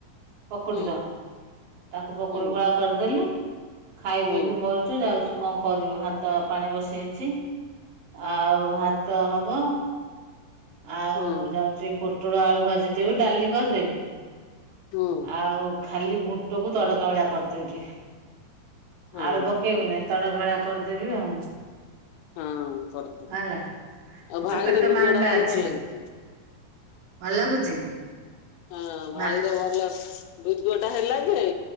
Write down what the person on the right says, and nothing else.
ପକୁଡିର
ତାକୁ ପକୁଡି
ଗୋଳା କରିଦେଲି ଖାଇ
ପିଇକି ବଇଚୁ। ଯାଉଛୁ କଣ କରିବି ଭାତ ପାଣି ବସେଇଛି ଆଉ ଭାତ ହବ ଆଉ
ଯାଉଛି ପୋଟଳ ଆଳୁ ଭାଜିଦବି ଡାଲି କରିଦେବି।
ଆଉ ଖାଲି ବୁଟକୁ ତଡକା ଭଳିଆ କରିଦେବି ଟିକେ
ଆଳୁ ପକେଇବି ନାଇଁ। ତମଭଳିଆ କରିଦେବି ଆଉ
ହେଲା
ଏତ
ପେଟ
ମାନ୍ଦା
ଅଛି
ଭଲ ଲାଗୁଛି
ମା